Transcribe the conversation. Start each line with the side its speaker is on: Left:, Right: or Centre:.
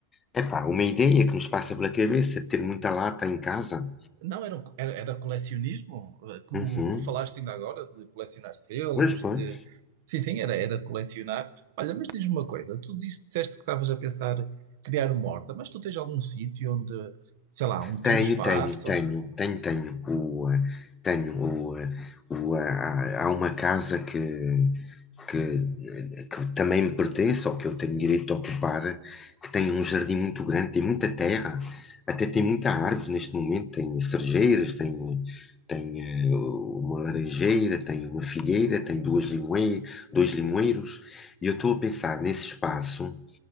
Left: epá, uma ideia que nos passa pela cabeça, de ter muita lata em casa.
Right: Não, era, um era, era colecionismo, eh, como
Left: Uhum.
Right: tu falaste ainda agora, de colecionar selos,
Left: Pois, pois.
Right: de... Sim, sim, era, era colecionar. Olha, mas diz-me uma coisa, tu dis- disseste que estavas a pensar criar uma horta, mas tu tens algum sítio onde, sei lá, um pequeno
Left: Tenho,
Right: espaço?
Left: tenho, tenho, tenho, tenho. O, eh, tenho o, eh, o, ah, há uma casa que, que, que também me pertence ou que eu tenho direito a ocupar, que tem um jardim muito grande, tem muita terra, até tem muita árvore neste momento, tem cerejeiras, tem, tem eh, uma laranjeira, tem uma figueira, tem duas limoe, dois limoeiros, e eu estou a pensar nesse espaço,